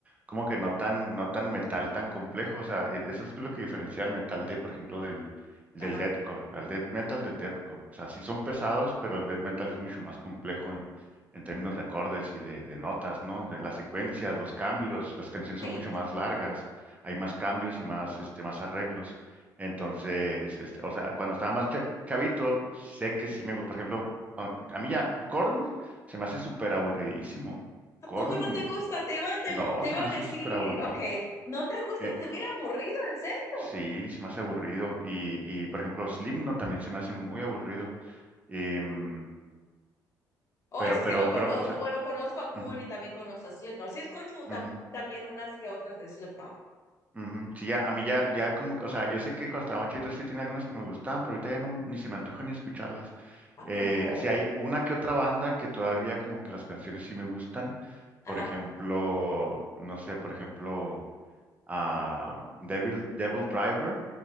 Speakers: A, on the right; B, on the left.
A: como que no tan, no tan metal tan complejo. O sea, e- eso es lo que diferencia al metal de, por ejemplo, del, del
B: Ajá.
A: deathcore, al death metal del deathcore. O sea, sí son pesados, pero el death metal es mucho más complejo en, en términos de acordes y de, de notas, ¿no? De las secuencias, los cambios, las canciones son
B: Sí.
A: mucho más largas, hay más cambios y más, este, más arreglos. Entonces, este, o sea, cuando estaba más cha- chavito, sé que sí me, gu- por ejemplo, a, a mí ya, Korn se me hace súper aburridísimo. Korn,
B: poco no te gusta? Te iba, te,
A: no,
B: te
A: se
B: iba
A: me
B: a
A: hace
B: decir,
A: súper aburrido.
B: ok, no te gusta,
A: Eh,
B: te mira aburrido, en serio.
A: sí, se me hace aburrido. Y, y, por ejemplo, Slipknot también se me hace muy aburrido. Em,
B: O
A: pero,
B: ese
A: pero,
B: sí lo conozco.
A: pero, o sea,
B: Bueno, conozco a Korn
A: ujú,
B: y también conozco a Slipknot. Sí, escucho
A: ujú,
B: tam- también unas que otras de Slipknot.
A: ujú. Sí, ya, a mí ya, ya como que, o sea, yo sé que cuando estaba más chavito sí tenía algunas que me gustaban, pero ahorita ya no, ni se me antoja ni escucharlas.
B: ¿A
A: Eh,
B: poco?
A: sí hay una que otra banda que todavía como que las canciones sí me gustan.
B: Ajá.
A: Por ejemplo, no sé, por ejemplo. a Devil, Devil Driver.